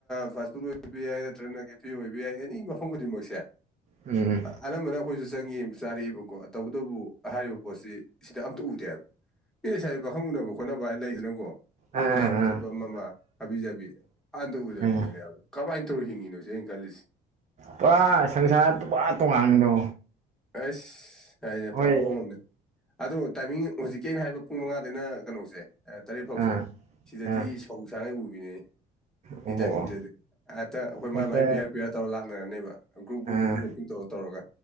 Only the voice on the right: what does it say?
ꯎꯝ
ꯑꯥ
ꯑꯥ ꯑꯥ
ꯎꯝ
ꯄꯥ ꯁꯪꯁꯥꯔ ꯄꯨꯄꯥ ꯇꯣꯉꯥꯟꯕꯗꯣ꯫
ꯍꯣꯏ
ꯑꯥ
ꯑꯥ
ꯑꯣ
ꯑꯣ
ꯍꯦꯛꯇ
ꯑꯥ